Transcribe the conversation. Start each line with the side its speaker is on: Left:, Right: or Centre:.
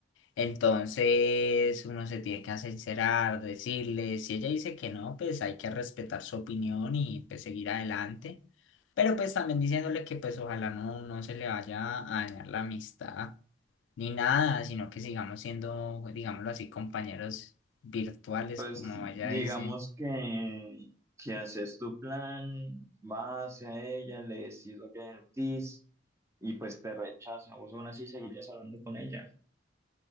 Left: Entonces uno se tiene que sincerar, decirle, si ella dice que no, pues hay que respetar su opinión y pues seguir adelante. Pero pues también diciéndole que pues ojalá no, no se le vaya a dañar la amistad ni nada, sino que sigamos siendo, digámoslo así, compañeros virtuales,
Right: Pues
Left: como
Right: digamos
Left: ella dice.
Right: que, que haces tu plan, vas hacia ella, le decís lo que sentís y pues te rechaza. Vos aún así seguirías hablando con ella.